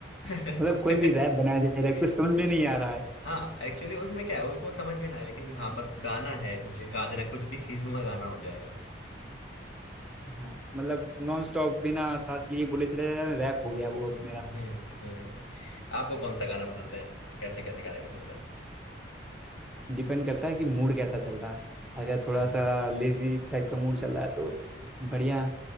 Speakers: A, in the centre; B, on the left (about 80°).
A: मतलब
B: <laughs>
A: कोई भी रैप बनाया जा रहा है कुछ समझ
B: कुछ
A: में नहीं आ रहा है
B: हाँ एक्चुअली उसमें क्या है उनको समझ में ना है लेकिन हाँ बस गाना है मुझे गा देना कुछ भी खींच दूंगा गाना हो जाएगा
A: हाँ मतलब नॉन स्टॉप बिना सांस लिए बोले चला जा रहा है रैप हो गया वो अब मेरा
B: हम्म हम्म हम्म। आपको कौन सा गाना पसंद है कैसे कैसे गाने पसंद है
A: डिपेंड करता है कि मूड कैसा चल रहा है अगर थोड़ा
B: हाँ
A: सा लेजी टाइप का मूड चल रहा है तो बढ़िया